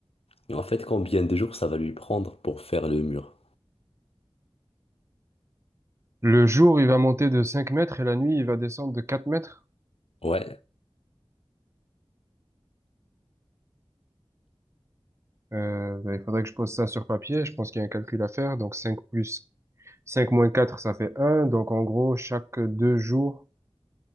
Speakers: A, on the left; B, on the right.
A: Et en fait, combien de jours ça va lui prendre pour faire le mur?
B: Le jour il va monter de cinq mètres et la nuit il va descendre de 4 mètres.
A: Ouais.
B: Euh, ben, il faudrait que je pose ça sur papier, je pense qu'il y a un calcul à faire. Donc 5 plus 5 moins 4 ça fait un. donc en gros chaque deux jours.